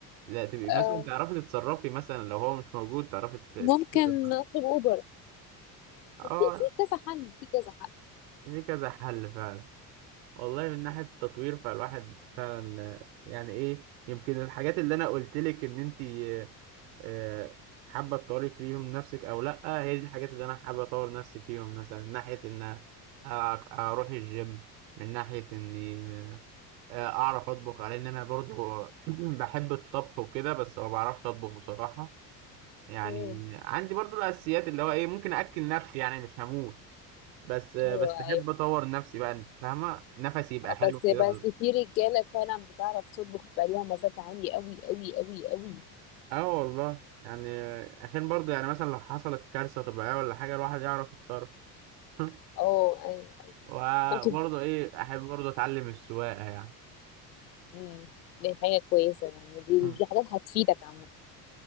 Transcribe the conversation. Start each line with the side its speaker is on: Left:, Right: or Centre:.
Right: لا تبقي مثلا
Left: آه،
Right: تعرفي تتصرفي مثلا لو هو مش موجود تعرفي تت-
Left: ممكن
Right: تتصرفي
Left: اطلب اوبر
Right: اه
Left: في في كذا حل في كذا حل
Right: في كذا حل فعلا والله من ناحية التطوير فالواحد فعلا آه، يعني ايه يمكن الحاجات اللي انا قلت لك ان انت آه، حابة تطوري فيهم نفسك أو لأ هي دي الحاجات اللي أنا حابة أطور نفسي فيهم مثلا من ناحية إن أ- أروح الجيم من ناحية إني آه، أعرف أطبخ على إن أنا برضو <clears throat> بحب الطبخ وكده بس ما بعرفش أطبخ بصراحة يعني
Left: مم.
Right: عندي برضو الأساسيات اللي هو إيه ممكن أكل نفسي يعني مش هموت بس آه،
Left: ايوه
Right: بس أحب
Left: ايوه
Right: أطور نفسي بقى أنت فاهمة نفسي يبقى حلو
Left: بس
Right: كده
Left: بس في رجاله فعلا بتعرف تطبخ بقى ليها مزاج عالي قوي قوي قوي قوي
Right: اه والله يعني عشان برضو يعني مثلا لو حصلت كارثة طبيعية ولا حاجة الواحد يعرف يتصرف <laughs>
Left: اه ايوه أيوة.
Right: وبرضه
Left: ممكن
Right: ايه احب برضه اتعلم السواقه يعني
Left: مم. دي حاجه كويسه يعني دي
Right: مم.
Left: دي حاجات هتفيدك عامه